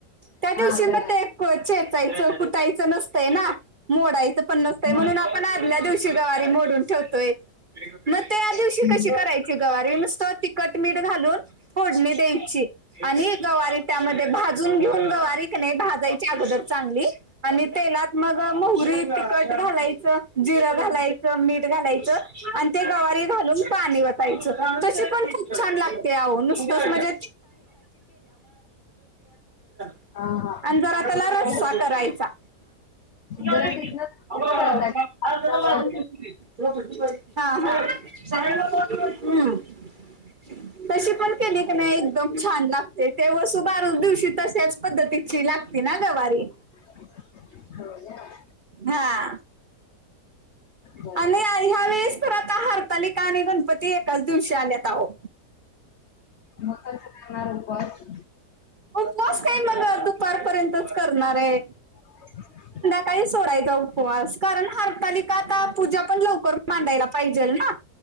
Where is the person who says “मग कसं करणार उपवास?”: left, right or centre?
Left